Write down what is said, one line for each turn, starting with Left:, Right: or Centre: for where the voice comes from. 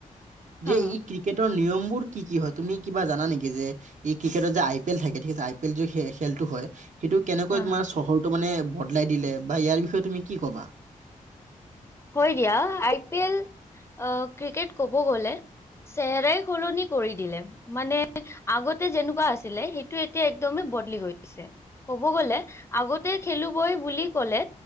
Left: হা,
Right: যে
Left: হা,
Right: ই খি টিকেটৰ নিয়মবোৰ কি, কি হয় তুমি কিবা জানা নেকি যে এই ক্ৰিকেটত যে আই পি এল থাকে, ঠিক আছে, আই পি এল য খেলটো হয়, সেইটো কেনেকৈ
Left: হা,
Right: তোমাৰ
Left: হা।
Right: চহৰটো মানে বদলাই দিলে, বা ইয়াৰ বিষয়ে তুমি কি ক'বা?
Left: হয় দিয়া, আই পি এল অ' ক্ৰিকেট ক'ব গ'লে চেহেৰাই সলনি কৰি দিলে। মানে আগতে যেনেকুৱা আছিলে, সেইটো এতিয়া একদমেই বদলি কৰি দিছে। কব গ'লে আগতে খেলোঁগৈ বুলি কলে,